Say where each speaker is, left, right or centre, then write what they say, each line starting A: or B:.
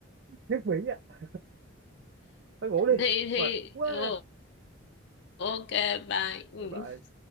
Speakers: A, on the right; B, on the left.
A: nước Mỹ á. Thôi ngủ đi.
B: thì thì
A: Mệt quá.
B: ừ, ok bye ừ.
A: Bye bye.